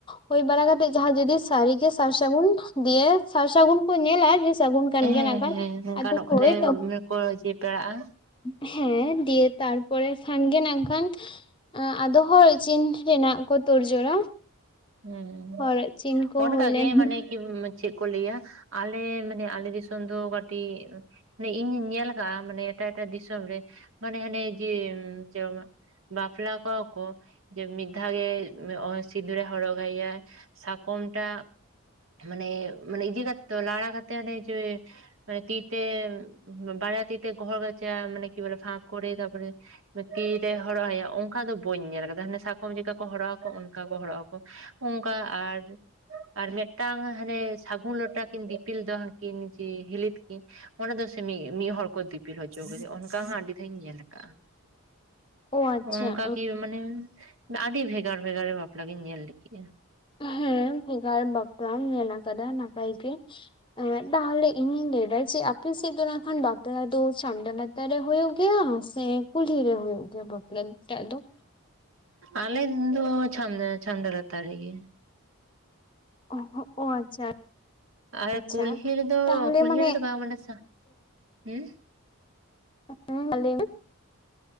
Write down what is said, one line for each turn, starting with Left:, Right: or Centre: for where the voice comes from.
Left: ᱦᱳᱭ ᱵᱟᱲᱟ ᱠᱟᱛᱮ ᱡᱟᱦᱟᱸ ᱡᱩᱫᱤ ᱥᱟᱹᱨᱤ ᱜᱮ ᱥᱟᱨ ᱥᱟᱹᱜᱩᱱ ᱫᱤᱭᱮ ᱥᱟᱨ ᱥᱟᱹᱜᱩᱱ ᱠᱚ ᱧᱮᱞᱟ ᱥᱟᱹᱜᱩᱱ ᱠᱟᱱ ᱜᱮᱭᱟ
Right: ᱦᱮᱸ
Left: ᱱᱟᱜ ᱠᱷᱟᱱ
Right: ᱦᱮᱸ ᱜᱟᱱᱚᱜ ᱠᱷᱟᱱᱮ ᱠᱚ ᱡᱮ ᱯᱮᱲᱟᱜᱼᱟ
Left: <unintelligible> ᱦᱮᱸ ᱫᱤᱭᱮ ᱛᱟᱨ ᱯᱚᱨᱮ ᱠᱷᱟᱱ ᱜᱮ ᱱᱟᱜᱠᱷᱟᱱ ᱮᱸ ᱟᱫᱚ ᱦᱚᱨᱚᱜ ᱪᱤᱱ ᱨᱮᱱᱟᱜ ᱠᱚ ᱛᱳᱲᱡᱳᱲᱟ᱾
Right: ᱦᱩᱸ
Left: ᱦᱚᱨᱚᱜ ᱪᱤᱱ ᱠᱚ
Right: ᱚᱱᱠᱟ
Left: ᱦᱩᱭ
Right: ᱜᱮ
Left: ᱞᱮᱱ
Right: ᱢᱟᱱᱮ ᱠᱤ ᱪᱮᱫ ᱠᱚ ᱞᱟᱹᱭᱟ, ᱟᱞᱮ ᱢᱟᱱᱮ ᱟᱞᱮ ᱫᱤᱥᱚᱢ ᱫᱚ ᱠᱟᱹᱴᱤᱡ ᱢᱟᱱᱮ ᱤᱧᱤᱧ ᱧᱮᱞ ᱠᱟᱜᱼᱟ ᱢᱟᱱᱮ ᱮᱴᱟᱜ ᱮᱴᱟᱜ ᱫᱤᱥᱚᱢ ᱨᱮ ᱢᱟᱱᱮ ᱦᱟᱱᱮ ᱡᱮ <inaudible> ᱵᱟᱯᱞᱟ ᱠᱚᱣᱟ ᱠᱚ ᱡᱮ ᱢᱤᱫ ᱫᱷᱟᱣ ᱜᱮ ᱚᱭ ᱥᱤᱸᱫᱩᱨ ᱟ ᱦᱚᱨᱚ ᱜᱟᱭᱟ ᱥᱟᱠᱚᱢ ᱴᱟᱜ ᱢᱟᱱᱮ ᱢᱟᱱᱮ ᱤᱭᱟᱹ ᱠᱟᱛᱮ ᱛᱚ ᱞᱟᱲᱟ ᱠᱟᱛᱮ ᱦᱟᱱᱮ ᱡᱮ, ᱢᱟᱱᱮ ᱛᱤᱛᱮ ᱵᱟᱨᱭᱟ ᱛᱤᱛᱮ ᱜᱚᱦᱚᱲ <unintelligible> ᱢᱟᱱᱮ ᱠᱤ ᱵᱚᱞᱮ ᱯᱷᱟᱠ ᱠᱚᱨᱮ ᱛᱟᱯᱚᱨᱮ ᱢᱮ ᱛᱤᱨᱮ ᱦᱚᱨᱚᱜ ᱟᱭᱟ ᱚᱱᱠᱟ ᱫᱚ ᱵᱟᱹᱧ ᱧᱮᱞ ᱠᱟᱫᱟ ᱦᱟᱱᱮ ᱥᱟᱠᱚᱢ ᱪᱮᱠᱟ ᱠᱚ ᱦᱚᱨᱚᱜ ᱟᱠᱚ ᱚᱱᱠᱟ ᱠᱚ ᱦᱚᱨᱚᱜ ᱟᱠᱚ, ᱚᱝᱠᱟ ᱟᱨ ᱟᱨ ᱢᱤᱫᱴᱟᱝ ᱦᱟᱱᱮ ᱥᱟᱹᱜᱩᱱ ᱞᱚᱴᱟ ᱠᱤᱱ ᱫᱤᱯᱤᱞ ᱫᱚ ᱦᱟᱝᱠᱤᱱ ᱡᱮ ᱦᱤᱞᱤ ᱛᱟᱠᱤᱱ᱾ ᱚᱱᱟ ᱫᱚ ᱥᱮ ᱢᱤᱫ ᱢᱤᱫ ᱦᱚᱲ ᱠᱚ ᱫᱤᱯᱤᱞ ᱦᱚᱪᱚ ᱠᱟᱫᱮᱭᱟ ᱚᱱᱠᱟ ᱦᱚᱸ ᱟᱹᱰᱤ ᱫᱷᱟᱣ ᱤᱧ ᱧᱮᱞ ᱟᱠᱟᱫᱼᱟ᱾
Left: ᱚ ᱟᱪᱪᱷᱟ
Right: ᱚᱱᱠᱟ ᱠᱤ ᱢᱟᱱᱮ ᱟᱹᱰᱤ ᱵᱷᱮᱜᱟᱨ ᱵᱷᱮᱜᱟᱨ ᱵᱟᱯᱞᱟ ᱜᱤᱧ ᱧᱮᱞ ᱠᱮᱷᱼᱟ᱾
Left: ᱦᱮᱸ ᱵᱷᱮᱜᱟᱨ ᱵᱟᱯᱞᱟᱢ ᱧᱮᱞ ᱟᱠᱟᱫᱟ ᱱᱟᱯᱟᱭ ᱜᱮ᱾ ᱮᱸᱜ ᱛᱟᱦᱚᱞᱮ ᱤᱧᱤᱧ ᱞᱟᱹᱭ ᱫᱟ ᱡᱮ ᱟᱯᱮ ᱥᱮᱫ ᱫᱚ ᱱᱟᱜ ᱠᱷᱟᱱ ᱵᱟᱯᱞᱟ ᱫᱚ ᱪᱷᱟᱢᱰᱟ ᱞᱟ ᱛᱟᱨ ᱨᱮ ᱦᱳᱭᱳᱜ ᱜᱮᱭᱟ ᱥᱮ ᱠᱩᱞᱦᱤ ᱨᱮ ᱦᱳᱭᱳᱜ ᱜᱮᱭᱟ ᱵᱟᱯᱞᱟ? ᱴᱟᱜ ᱫᱚ
Right: ᱟᱞᱮ ᱫᱚ ᱪᱷᱟᱢᱰᱟ ᱪᱷᱟᱢᱰᱟ ᱞᱟᱛᱟᱨ ᱨᱮᱜᱮ᱾
Left: ᱦᱚᱜᱼᱚ ᱟᱪᱪᱷᱟ᱾
Right: ᱟᱨ
Left: ᱟᱪᱪᱷᱟ
Right: ᱠᱩᱞᱦᱤ ᱨᱮᱫᱚ
Left: ᱛᱟᱦᱚᱞᱮ
Right: ᱠᱩᱞᱦᱤ
Left: ᱢᱟᱱᱮ
Right: ᱨᱮᱫᱚ ᱵᱟᱝ ᱟᱰᱮ ᱥᱟ, ᱦᱩᱸ?
Left: <inaudible>